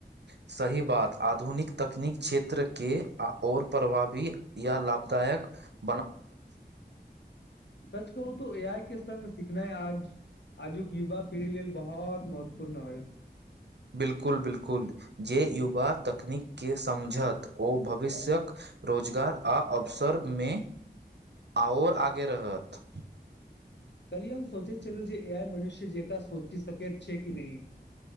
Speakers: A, on the right; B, on the left.
A: सही बात आधुनिक तकनीक क्षेत्र के आओर प्रभावी या लाभदायक लायक
B: सच कहू तऽ ए आइ के संग सिखनाइ आज आजुक युवा पीढ़ी लेल बहुत महत्वपूर्ण होयत
A: बिलकुल बिलकुल जे युवा तकनीक के समझत ओ भविष्यक रोजगार आ अवसर मे आओर आगे रहत
B: कल हम सोचे चलू जे ए आइ मनुष्य जेका सोचि सके छै कि नहि